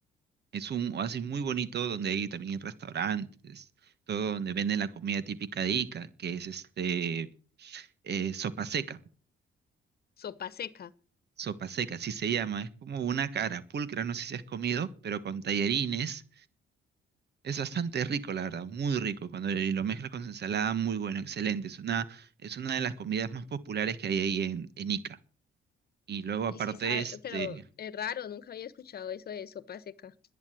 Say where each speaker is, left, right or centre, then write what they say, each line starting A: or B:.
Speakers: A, on the right; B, on the left.
A: Es un oasis muy bonito donde hay también restaurantes, todo donde venden la comida típica de Ica, que es este eh, sopa seca,
B: Sopa seca.
A: sopa seca, así se llama. Es como una cara pulcra, no sé si has comido, pero con tallarines. Es bastante rico, la verdad, muy rico. Cuando lo mezclas con ensalada, muy bueno, excelente. Es una, es una de las comidas más populares que hay ahí en, en Ica. Y luego
B: Y
A: aparte,
B: sí sabe,
A: este,
B: pero es raro, nunca había escuchado eso de sopa seca.